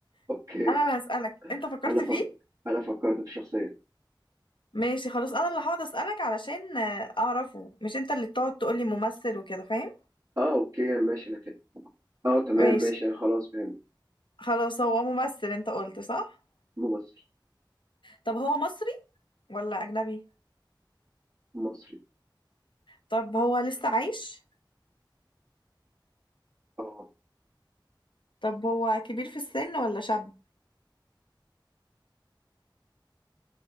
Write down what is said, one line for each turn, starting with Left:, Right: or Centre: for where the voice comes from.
Right: اوكي
Left: انا اللي هسألك انت فكرت
Right: انا
Left: فيه
Right: فك... انا فكرت في الشخصيه
Left: ماشي خلاص انا اللي هقعد أسألك علشان آه، اعرفه مش انت اللي تقعد تقولي ممثل وكده فاهم
Right: اه اوكي انا ماشي انا فاهم اه تمام
Left: ماشي
Right: ماشي انا خلاص فهمت
Left: خلاص هو ممثل انت قلت صح
Right: ممثل
Left: طب هو مصري ولا اجنبي
Right: مصري
Left: طب هو لسه عايش
Right: اه
Left: طب هو كبير في السن ولا شاب